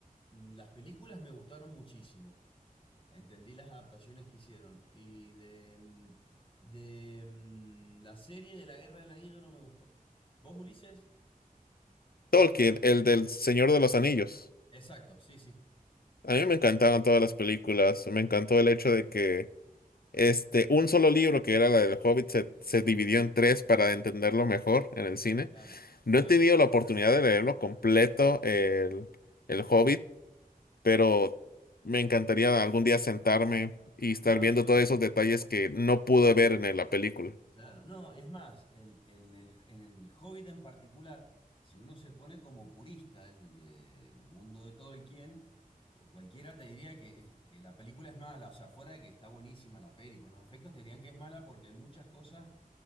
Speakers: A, on the left; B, on the left.
A: mm, las películas me gustaron muchísimo. Entendí las adaptaciones que hicieron. Y de, mm, de mm, la serie de la Guerra del Anillo no me gustó. ¿Vos, Ulises? ¿Qué
B: Tolkien,
A: tipo de serie?
B: el del Señor de los Anillos.
A: Exacto, sí, sí.
B: A mí me encantaron todas las películas. Me encantó el hecho de que este, un solo libro, que era la del Hobbit, se, se dividió en tres para entenderlo mejor en el cine.
A: Claro,
B: No
A: claro.
B: he tenido la oportunidad de leerlo completo, el, el Hobbit, pero me encantaría algún día sentarme y estar
A: No,
B: viendo
A: son,
B: todos esos detalles que no pude ver en la película.
A: Claro, no, es más, el, el- el- en el Hobbit en particular, si uno se pone como purista es el del mundo de Tolkien, eh, cualquiera te diría que, que la película es mala, o sea, fuera de que está buenísima la peli, con los efectos te dirían que es mala porque hay muchas cosas